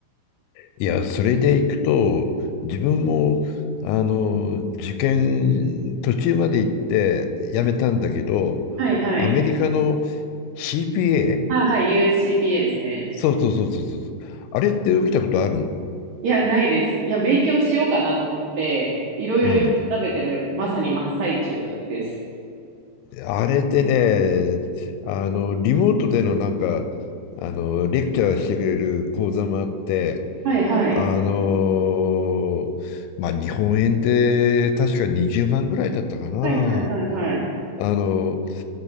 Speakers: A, on the left (about 85°); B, on the right (about 85°).
A: いや、それでいくと、自分も、あの、受験途中まで行って辞めたんだけど、
B: はいはい。
A: アメリカの CPA?
B: あ、はい、USCPA ですね。
A: そうそうそうそうそう。あれって起きたことあるの
B: いや、ないです。いや、勉強しようかなと思って、いろいろ今調べてる、
A: うん。
B: まさに真っ最中です。
A: あれってね、あの、リモートでのなんか、あの、レクチャーしてくれる講座もあって、
B: はいはい。
A: あの、まあ、日本円で確か20万ぐらいだったかな。
B: はいはいはいはい。
A: あの、